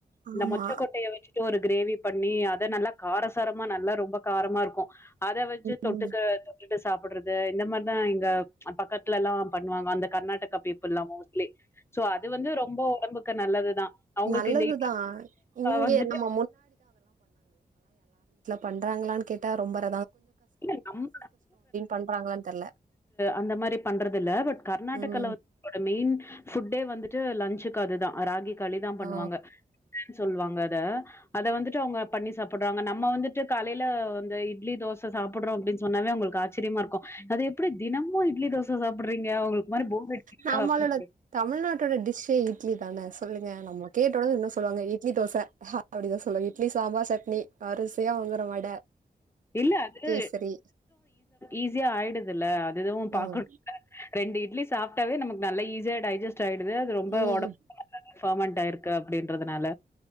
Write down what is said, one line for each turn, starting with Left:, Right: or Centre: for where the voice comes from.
Right: ஆமா.
Left: இந்த மொச்சகொட்டைய வச்சுட்டு ஒரு கிரேவி பண்ணி அத நல்லா காரசாரமா நல்லா ரொம்ப காரமா இருக்கும் அத வச்சு
Right: ம்.
Left: தொட்டுக்க போடுறது இந்த மாரி நான இங்க பக்கத்துல எல்லாம் பண்ணுவாங்க அந்த கர்நாடகா பீப்புள்ல்லாம் ஓகே சோ அது வந்து ரொம்ப உடம்புக்கு நல்லதுதான் அவங்களுக்கு
Right: நல்லதுதான்
Left: இந்த
Right: இங்க
Left: வந்துட்டு
Right: நம்ம பண்றாங்களானு கேட்டா ரொம்பள
Left: இல்ல நம்ம
Right: பண்றாங்களான்னு தெர்ல
Left: அந்த மாதிரி பண்றது இல்ல பட் கர்நாடகலந்து
Right: ம்
Left: மெயின் புட்டே வந்துட்டு லன்சு அதுதான் ராகி களிதான் பண்ணுவாங்க
Right: ஆ
Left: சொல்லுவாங்க அத அத வந்துட்டு அவங்க பண்ணி சாப்படுறாங்க நம்ம வந்துட்டு காலையில வந்து இட்லி தோச சாப்படறோம் அப்டின்னு சொன்னாவே உங்களுக்கு ஆச்சரியமா இருக்கும் அது எப்டி தினமும் இட்லி தோச சாப்புட்றீங்க உங்களுக்கு மாரி போர் அடிக்கலயா
Right: நம்மளோட
Left: அப்டின் கேக்குறாங்க
Right: தமிழ்நாட்டோட டிஷ்ஷே நானே சொல்லுங்க நம்ம கேட்ட உடனது இன்ன சொல்லுவாங்க இட்லி தோச அப்படிதான் சொல்வோ இட்லி சாம்பார் சட்னி வரிசையா வந்துரும் வட
Left: இல்ல அது
Right: கேசரி
Left: ஈஸியா ஆயடுது இல்ல அது எதுவும்
Right: ம்
Left: பாக்கணும் இல்ல ரெண்டு இட்லி சாப்பட்டாவே நமக்கு நல்ல ஈஸியா டைஜெட் ஆயிது அது ரொம்ப
Right: ம்
Left: உடம்பர்மெண்ட் ஆயிருக்கு இருக்கு அப்டின்றதுனால